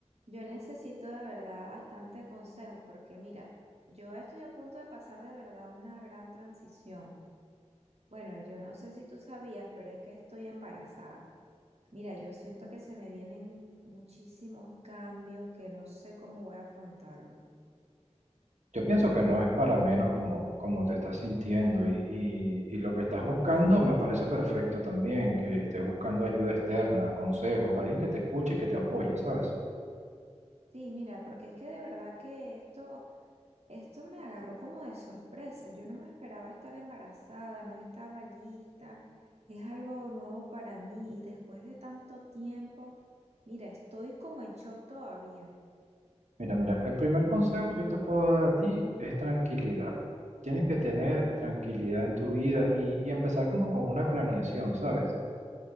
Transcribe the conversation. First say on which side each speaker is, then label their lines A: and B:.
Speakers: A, on the right; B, on the right.
A: Yo necesito de verdad bastante consejo porque mira, yo estoy a punto de pasar de verdad una gran transición. Bueno, yo no sé si tú sabías, pero es que estoy embarazada. Mira, yo siento que se me vienen muchísimos cambios que no sé cómo voy a afrontarlo.
B: Yo pienso que no es para menos como, como te estás sintiendo y, y- y lo que estás buscando me parece perfecto también, que estés buscando ayuda externa, consejos, alguien que te escuche y que te apoye, ¿sabes?
A: Sí, mira, porque es que de verdad que esto Esto me agarró como de sorpresa. Yo no me esperaba estar embarazada, no estaba lista. Es algo nuevo para mí y después de tanto tiempo, mira, estoy como en shock todavía.
B: Mira, mira, el primer consejo que yo te puedo dar a ti es tranquilidad. Tienes que tener tranquilidad en tu vida y, y empezar como con una planeación, ¿sabes?